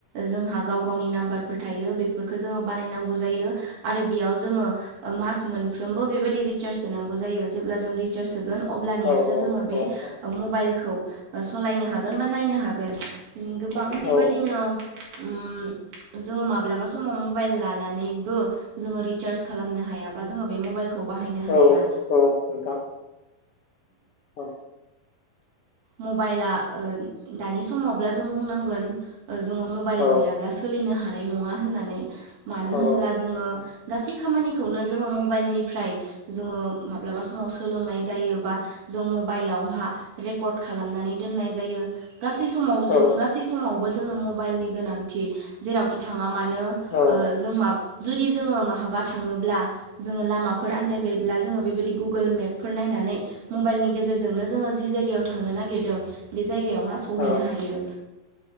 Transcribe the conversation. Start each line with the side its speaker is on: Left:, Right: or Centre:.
Right: जों हा गाव गावनि नाम्बारफोर थायो बेफोरखौ जोङो बानाय नांगोन जायो आरो बेयाव जोङो ओ मास मोनफ्रबो बेबायदि रिचार्ज होनांगौ जायो। जेब्ला जों रिसार्ज होगोन। अब्लानियासो
Left: औ
Right: जोङो बे
Left: औ नोंथां
Right: मबाइलखौ सालायनो हागोन बा नायनो हागोन। गोबां बेबायदिनो
Left: औ
Right: उम जोङो माब्लाबा समाव मबाइल लानानैबो जोङो रिसार्ज खालामनो हायाबा जोङो बे मबाइलखौ खौ बाहायनो
Left: औ
Right: हाया।
Left: औ नोंथां औ
Right: मबाइला ओ दानि समावब्ला जों बुंनांगोन। जोङो मबाइल
Left: औ
Right: गैयाब्ला सोलिनो हा हानाय नङा होननानै मानो
Left: औ
Right: होनब्ला जोङो
Left: औ
Right: गासै खामानिखौनो जोङो मबाइलनिफ्राय जोङो माब्लाबा समाव सोलोंनाय जायोबा जों मबाइलावहा रेकर्ड खालामनानै दोननाय जायो गासै समाव
Left: औ
Right: जो गासै समाव बो जोंनो मबाइलनि गोनांथि जेरावखि थाङा मानो
Left: औ
Right: ओ जों मा जुदि जोङो महाबा थाङोब्ला जोङो लामाफोर आन्दायबायोब्ला जोङो बेबायदि गुगोल मेपफोर नायना नै मबाइलनि गेजेरजोंनो जोङो जि जायगायाव थांनो नागिरदों बे जाय गायावहा सहैनो
Left: औ
Right: हायो